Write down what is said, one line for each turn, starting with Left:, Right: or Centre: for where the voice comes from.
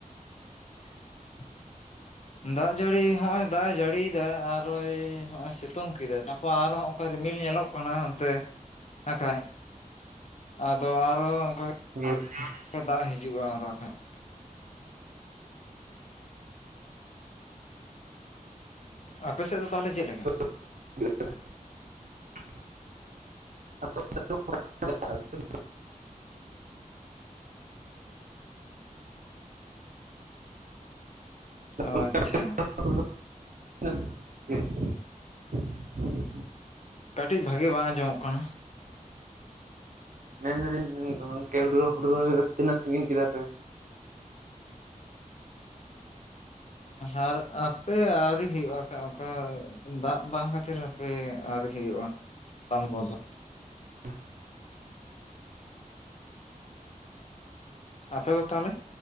Left: <unintelligible> ᱫᱟᱜ ᱡᱟᱹᱲᱤ ᱦᱚᱜᱼᱚᱭ ᱫᱟᱜ ᱮ ᱡᱟᱹᱲᱤᱭᱮ ᱫᱟᱭ ᱟᱨᱚᱭ ᱱᱚᱜᱼᱚᱭ ᱥᱤᱛᱩᱝ ᱠᱮᱫᱟ ᱛᱟᱯᱚᱨ ᱟᱨ ᱦᱚᱸ ᱚᱠᱟ ᱨᱤᱢᱤᱞ ᱧᱮᱞᱚᱜ ᱠᱟᱱᱟ ᱚᱱᱛᱮ ᱱᱟᱠᱷᱟᱡ ᱟᱫᱚ ᱟᱨᱚ ᱚᱱᱠᱟ
Right: <unintelligible>
Left: ᱫᱟᱜ ᱦᱤᱡᱩᱜᱼᱟ ᱟᱨ ᱵᱟᱠᱷᱟᱡ ᱟᱯᱮ ᱥᱮᱫ ᱫᱚ ᱛᱟᱦᱞᱮ ᱪᱮᱫ ᱞᱮᱠᱟ?
Right: <unintelligible> <unintelligible> <unintelligible>
Left: ᱚ ᱟᱪᱪᱷᱟ ᱠᱟᱹᱴᱤᱡ ᱵᱷᱟᱜᱤ ᱵᱟᱝ ᱟᱸᱡᱚᱢᱚᱜ ᱠᱟᱱᱟ᱾
Right: ᱢᱮᱱ ᱫᱟᱞᱤᱧ ᱜᱚᱝᱠᱮ ᱦᱩᱲᱩ ᱨᱚᱦᱚᱭ ᱠᱚᱫᱚ ᱛᱤᱱᱟᱹᱜ ᱥᱟᱺᱜᱤᱧ ᱠᱮᱫᱟ ᱯᱮ᱾
Left: ᱟᱨ ᱦᱟᱯᱮ ᱟᱹᱣᱨᱤ ᱦᱩᱭᱩᱜᱼᱟ ᱠᱷᱟᱱ ᱚᱱᱠᱟ ᱫᱟᱜ ᱵᱟᱝ ᱠᱷᱟᱹᱛᱤᱨ ᱦᱟᱯᱮ ᱟᱹᱣᱨᱤ ᱦᱩᱭᱩᱜᱼᱟ <inaudible> ᱫᱚ
Right: ᱦ <unintelligible>
Left: ᱟᱯᱮ ᱫᱚ ᱛᱟᱦᱚᱞᱮ?